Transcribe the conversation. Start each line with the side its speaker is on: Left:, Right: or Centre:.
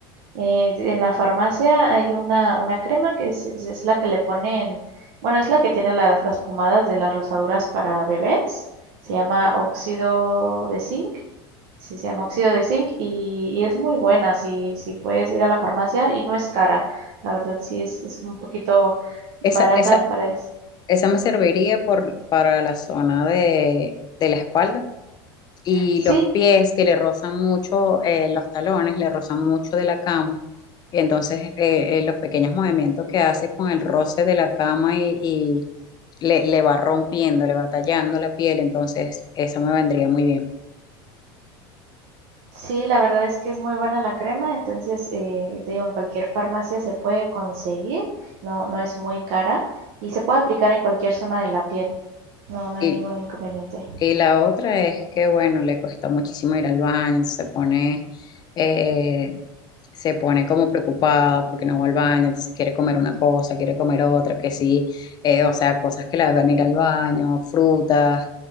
Right: eh, en la farmacia hay una, una crema que es, es- es la que le ponen, bueno, es la que tiene las, las pomadas de las rosaduras para bebés. Se llama óxido de zinc Sí, se llama óxido de zinc y, y es muy buena si, si puedes ir a la farmacia y no es cara. La verdad sí es, es un poquito barata
Left: Esa, esa,
Right: para eso.
Left: esa me serviría por, para la zona de, de la espalda. y
Right: Sí,
Left: los pies que le rozan mucho, eh, los talones le rozan mucho de la cama. Y entonces eh, eh, los pequeños movimientos que hace con el roce de la cama y, y le, le va rompiendo, le va tallando la piel, entonces eso me vendría muy bien.
Right: sí, la verdad es que es muy buena la crema, entonces eh, te digo, en cualquier farmacia se puede conseguir, no, no es muy cara y se puede aplicar en cualquier zona de la piel. No, no hay
Left: Y,
Right: ningún inconveniente.
Left: y la otra es que, bueno, le cuesta muchísimo ir al baño, se pone, eh, se pone como preocupada porque no va al baño, entonces quiere comer una cosa, quiere comer otra, que sí, eh, o sea, cosas que le hagan ir al baño, frutas.